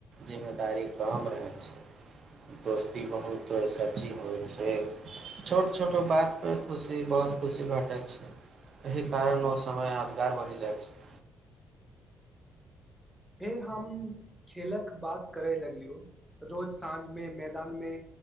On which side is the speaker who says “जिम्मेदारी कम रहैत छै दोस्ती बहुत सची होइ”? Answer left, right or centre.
Right